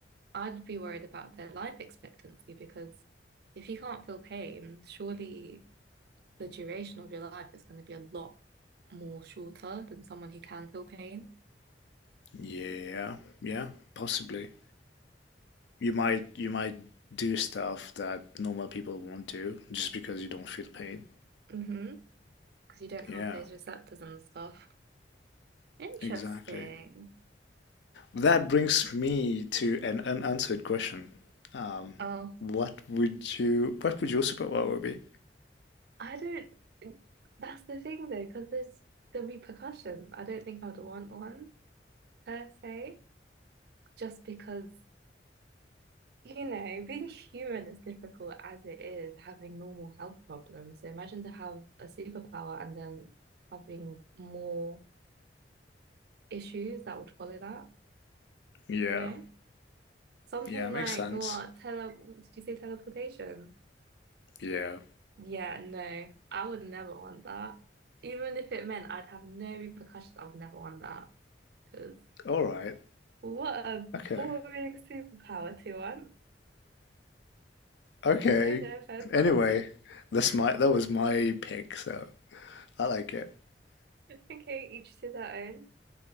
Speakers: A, on the right; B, on the left.
A: I'd be worried about their life expectancy because if you can't feel pain, surely the duration of your life is going to be a lot more shorter than someone who can feel pain.
B: Yeah, yeah, possibly. You might you might do stuff that normal people won't do just because you don't feel pain.
A: Mm-hmm. Because you don't
B: Yeah,
A: have those receptors and stuff. Interesting.
B: exactly. That brings me to an unanswered question. Um,
A: Oh,
B: what would you what would your superpower be?
A: I don't. That's the thing though, because there's the repercussions. I don't think I'd want one per se, just because, you know, being human is difficult as it is, having normal health problems. So imagine to have a superpower and then having more issues that would follow that,
B: Yeah,
A: you know? Something
B: Yeah, makes
A: like
B: sense.
A: what? Tele did you say teleportation?
B: Yeah.
A: Yeah, no, I would never want that. Even if it meant I'd have no repercussions, I would never want that. Because
B: All right.
A: What a
B: Okay.
A: boring superpower to want.
B: Okay.
A: You know, no offense.
B: Anyway, that's my that was my pick, so I like it.
A: Okay, each to their own.